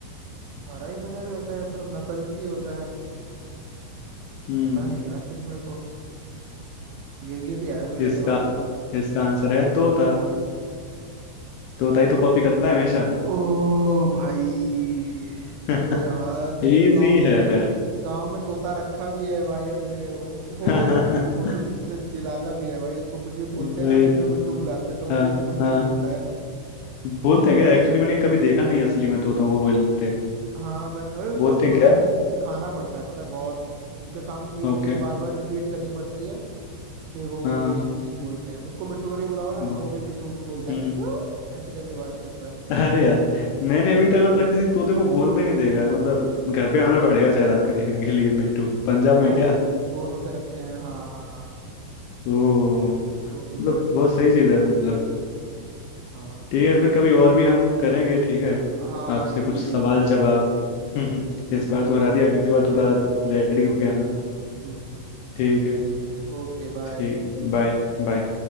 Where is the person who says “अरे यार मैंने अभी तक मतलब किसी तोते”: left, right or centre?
Left